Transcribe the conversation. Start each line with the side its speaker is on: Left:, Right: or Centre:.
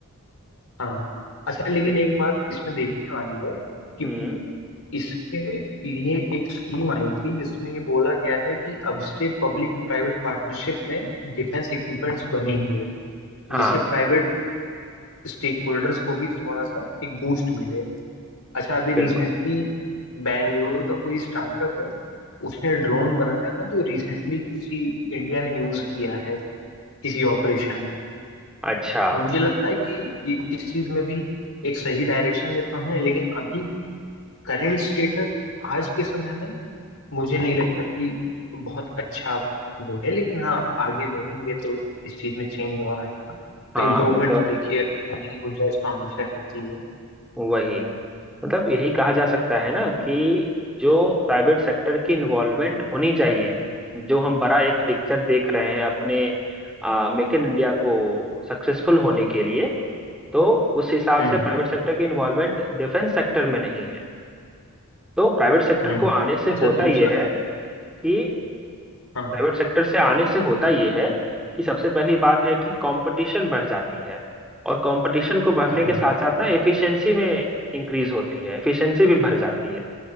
Left: हाँ अच्छा लेकिन
Centre: जिन-
Left: एक बात इसमें देखने वाली है कि
Centre: हम्म
Left: इसके लिए एक स्कीम आई थी जिसमें ये बोला गया है कि अब से पब्लिक प्राइवेट पार्टनरशिप में डिफेंस इक्विपमेंट्स बनेंगे
Centre: हाँ
Left: जिससे प्राइवेट स्टेक होल्डर्स को भी थोड़ा सा एक बूस्ट मिले अच्छा अभी रिसेंटली
Centre: बिल्कुल
Left: बैंगलोर का कोई स्टार्टअप है उसने ड्रोन बनाया था जो रिसेंटली किसी इंडिया ने यूज किया है किसी ऑपरेशन में
Centre: अच्छा
Left: तो मुझे लगता है कि इ- इस चीज में भी एक सही डायरेक्शन में तो है लेकिन अभी करंट स्टेटस आज के समय में मुझे नहीं लगता कि बहुत अच्छा वो है लेकिन हाँ आगे बढ़ेंगे तो इस चीज में चेंज और आएगा
Centre: हाँ
Left: तो इम्प्रूवमेंट
Centre: मतलब
Left: तो देखिए होने की गुंजाइश तो हमेशा रहती है
Centre: वही मतलब यही कहा जा सकता है ना कि जो प्राइवेट सेक्टर की इन्वॉल्वमेंट होनी चाहिए जो हम बड़ा एक पिक्चर देख रहे हैं अपने मेक इन इंडिया को सक्सेसफुल होने के लिए तो उस हिसाब
Left: हम्म
Centre: से प्राइवेट सेक्टर की इन्वॉल्वमेंट डिफेंस सेक्टर में नहीं है तो प्राइवेट सेक्टर
Left: हम्म
Centre: को आने से
Left: अच्छा
Centre: होता
Left: दूसरा
Centre: यह है कि
Left: हाँ
Centre: प्राइवेट सेक्टर से आने से होता ये है कि सबसे पहली बात है कि कंपटीशन बढ़ जाती है और कंपटीशन को बढ़ने
Left: हाँ
Centre: के साथ साथ ना एफिशिएंसी में इंक्रीज होती है एफिशिएंसी भी बढ़ जाती है